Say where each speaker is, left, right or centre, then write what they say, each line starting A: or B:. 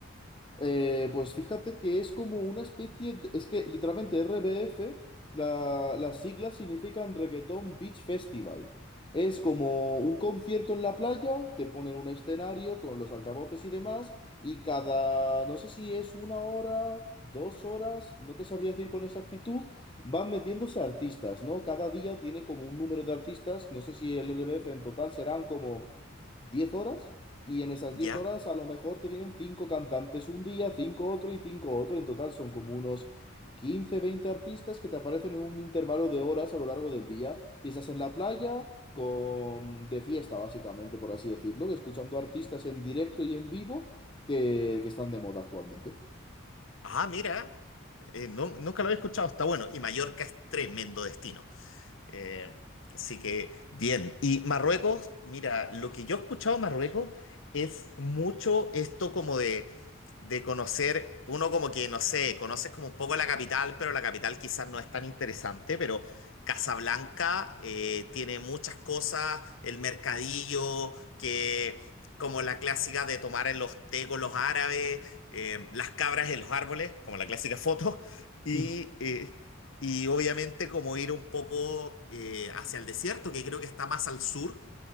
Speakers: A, on the left; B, on the left.
A: Eh, pues fíjate que es como una especie de- es que literalmente RBF, la- las siglas significan Reggaeton Beach Festival. Es como un concierto en la playa, te ponen un escenario con los altavoces y demás, y cada, no sé si es una hora, dos horas, no te sabría decir con exactitud, van metiéndose artistas, ¿no? Cada día tiene como un número de artistas, no sé si el RBF en total serán como 10 horas y en esas
B: ¿ya?
A: 10 horas a lo mejor te vienen 5 cantantes un día, 5 otro y 5 otro. En total son como unos 15 20 artistas que te aparecen en un intervalo de horas a lo largo del día y estás en la playa con de fiesta básicamente, por así decirlo, escuchando artistas en directo y en vivo que, que están de moda actualmente.
B: Ah, mira, eh, no- nunca lo había escuchado, está bueno, y Mallorca es tremendo destino. Eh, así que bien. Y Marruecos, mira, lo que yo he escuchado de Marruecos es mucho esto como de, de conocer, uno como que, no sé, conoces como un poco la capital, pero la capital quizás no es tan interesante, pero Casablanca eh, tiene muchas cosas, el mercadillo, que como la clásica de tomar en los té con los árabes, eh, las cabras en los árboles, como la clásica foto. Y
A: <laughs>
B: eh, y obviamente como ir un poco eh, hacia el desierto, que creo que está más al sur.